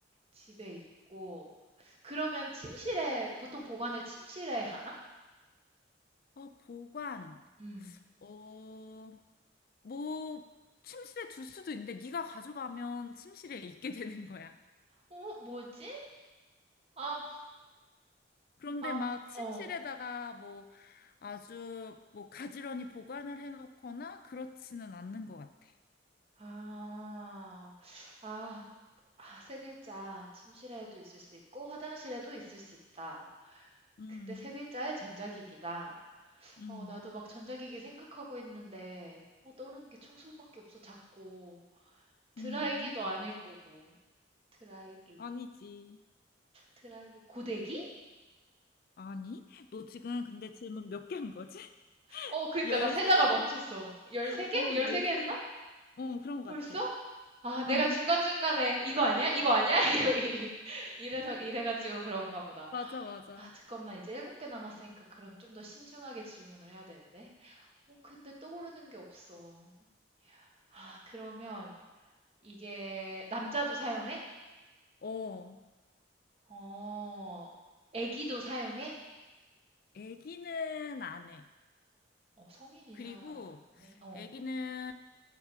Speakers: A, on the right (about 30°); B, on the left (about 50°).
A: 집에 있고 그러면 침실에 보통 보관을 침실에 하나?
B: 어, 보관,
A: 음.
B: 어, 뭐, 침실에 둘 수도 있는데, 네가 가져가면 침실에 있게 <laughs> 되는 거야.
A: 어, 뭐지? 아,
B: 그런데
A: 아,
B: 막 침실에다가
A: 어.
B: 뭐, 아주 뭐, 가지런히 보관을 해놓거나 그렇지는 않는 것 같아.
A: 아, 아, 아, 세 글자. 침실에도 있을 수 있고 화장실에도 있을 수 있다.
B: 음,
A: 근데 세 글자에 전자기기다.
B: 음,
A: 어, 나도 막 전자기기 생각하고 있는데 어, 떠오르는 게 청소밖에 없어 자꾸. 드라이기도
B: 음.
A: 아닐 거고. 드라이기.
B: 아니지.
A: 드라이기. 고데기?
B: 아니? 너 지금 근데 질문 몇 개 한 거지? <laughs>
A: 어, 그니까
B: 13개
A: 나 세다가 멈췄어.
B: 정도?
A: 13개?
B: 어,
A: 13개
B: 13개.
A: 했나?
B: 어, 그런 것
A: 벌써?
B: 같아.
A: 아, 내가
B: 어,
A: 중간중간에 이거 아니야? 이거 아니야? <laughs> 이거 이- 이래서 이래가지고 그런가 보다.
B: 맞아, 맞아.
A: 아, 잠깐만. 이제 7개 남았으니까 그럼 좀 더 신중하게 질문을 해야 되는데. 어, 근데 떠오르는 게 없어. 아, 그러면 이게 남자도 사용해?
B: 어.
A: 어, 애기도 사용해?
B: 애기는 안 해.
A: 어, 성인이
B: 그리고
A: 사용한다는 거네. 어.
B: 애기는